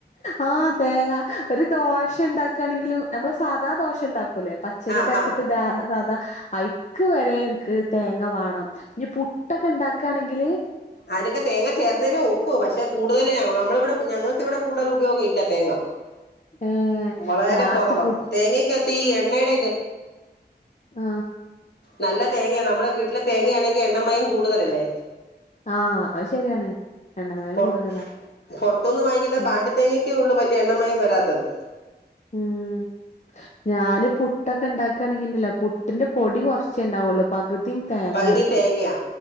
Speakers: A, on the left; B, on the left.
A: ആഹ് തേങ്ങ ഒരു ദോശ ഒണ്ടാക്കണെങ്കിലും നമ്മള് സാധാ ദോശ ഒണ്ടാക്കൂല്ലേ പച്ചരിയെക്കെ
B: ആഹ്
A: അരച്ചിട്ട്
B: ആഹ്
A: ദാ സാധാ ഐക്ക് വരെ എനിക്ക് തേങ്ങ വാണം ഇനി പുട്ടൊക്കെ ണ്ടാക്കാണെങ്കില്
B: അതിനൊക്കെ തേങ്ങ ചേർന്നേൽ ഒക്കു പഷേ കൂടുതല് നമ്മള് ഇവിടെ ഞങ്ങക്ക് ഇവിടെ കൂടുതല് ഉപയോഗം ഇല്ല തേങ്ങ
A: ഏഹ്
B: വളരെ
A: ലാസ്റ്റ്
B: കൊറവാ
A: പു
B: തേങ്ങൊക്കത്തി എണ്ണേടെ ഇത്
A: ആ
B: നല്ല തേങ്ങയാ നമ്മടെ വീട്ടിലെ തേങ്ങയാണെ ങ്കി എണ്ണമയം കൂടുതലല്ലേ
A: ആഹ് അത് ശരിയാണ് എണ്ണമയം
B: പൊ
A: കൂടുതലാ
B: പൊറത്തൂന്ന് വാങ്ങിക്കുന്ന
A: ഉം
B: പാണ്ടിത്തേങ്ങക്കേ ഉള്ളൂ വലിയ എണ്ണമയം വരാത് ത്തത്-
A: ഉം ഞാന് പുട്ടൊക്കെ ഉണ്ടാക്കയാണെങ്കി ഉണ്ടല്ലോ പുട്ടിന്റെ പൊടി കുറച്ചേ ഉണ്ടാവുള്ളൂ പകുതി തേങ്ങയാരിക്കും
B: പകുതി തേങ്ങയാ